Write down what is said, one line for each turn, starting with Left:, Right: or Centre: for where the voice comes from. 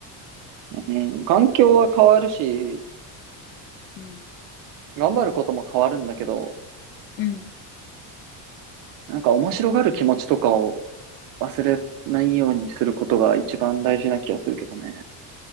Right: うん、環境は変わるし、
Left: うん。
Right: 頑張ることも変わるんだけど、
Left: うん。
Right: なんか面白がる気持ちとかを忘れないようにすることが一番大事な気がするけどね。